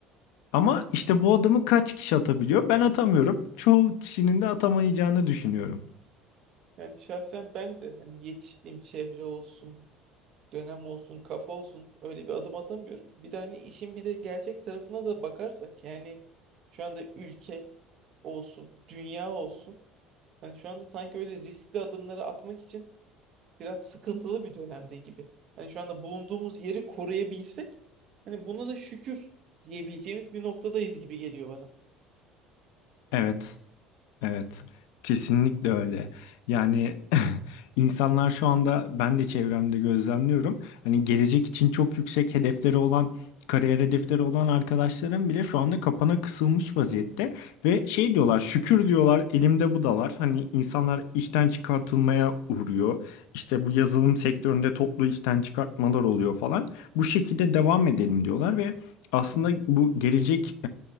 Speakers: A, on the left; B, on the right.
A: Ama işte bu adımı kaç kişi atabiliyor? Ben atamıyorum. Çoğu kişinin de atamayacağını düşünüyorum.
B: yani şahsen ben de hani yetiştiğim çevre olsun dönem olsun, kafa olsun öyle bir adım atamıyorum. Bir de hani işin bir de gerçek tarafına da bakarsak yani şu anda ülke olsun, dünya olsun. Hani şu anda sanki öyle riskli adımları atmak için biraz sıkıntılı bir dönemde gibi. Hani şu anda bulunduğumuz yeri koruyabilsek hani buna da şükür diyebileceğimiz bir noktadayız gibi geliyor bana.
A: Evet. Evet, kesinlikle öyle. Yani <laughs> insanlar şu anda ben de çevremde gözlemliyorum. Hani gelecek için çok yüksek hedefleri olan, kariyer hedefleri olan arkadaşlarım bile şu anda kapana kısılmış vaziyette ve şey diyorlar, şükür diyorlar, elimde bu da var. Hani insanlar işten çıkartılmaya uğruyor. İşte bu yazılım sektöründe toplu işten çıkartmalar oluyor falan. Bu şekilde devam edelim diyorlar ve aslında bu gelecek